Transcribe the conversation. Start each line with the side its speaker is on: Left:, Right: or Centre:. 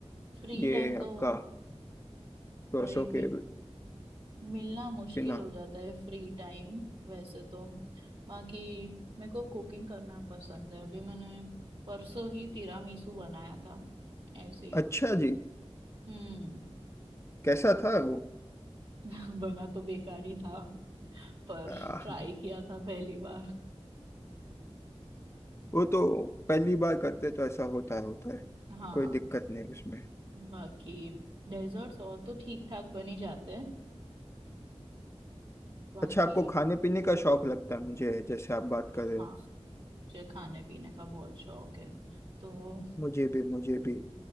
Right: फ्री
Left: ये
Right: टाइम तो
Left: आपका कोर्सों
Right: वही मे-
Left: के
Right: मिलना मुश्किल
Left: बिना
Right: हो जाता है फ्री टाइम वैसे तो बाकी मेरे को कुकिंग करना पसंद है अभी मैंने परसों ही तिरामिसू बनाया था ऐसे ही
Left: अच्छा जी
Right: हम्म
Left: कैसा था वो
Right: <laughs> बना तो बेकार ही था पर
Left: आ,
Right: ट्राई किया था पहली बार
Left: वो तो पहली बार करते तो ऐसा होता है होता है
Right: हाँ
Left: कोई दिक्कत नहीं उसमें
Right: बाकी डेजर्ट्स और तो ठीक ठाक बन ही जाते हैं बाकी
Left: अच्छा आपको खाने पीने का शौक लगता है मुझे जैसे आप बात
Right: हाँ
Left: कर रहे हो
Right: मुझे खाने पीने का बहुत शौक है तो
Left: मुझे भी मुझे भी